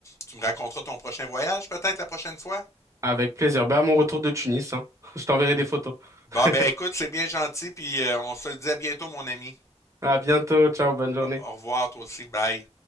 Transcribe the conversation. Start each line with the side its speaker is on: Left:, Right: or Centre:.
Left: tu me raconteras ton prochain voyage peut-être la prochaine fois?
Right: Avec plaisir. Bah, à mon retour de Tunis, hein. <laughs> Je t'enverrai des photos.
Left: Bah
Right: <laughs>
Left: ben écoute, c'est bien gentil, puis euh, on se le dit à bientôt, mon ami.
Right: À bientôt. Ciao, bonne journée.
Left: Au au revoir, toi aussi, bye.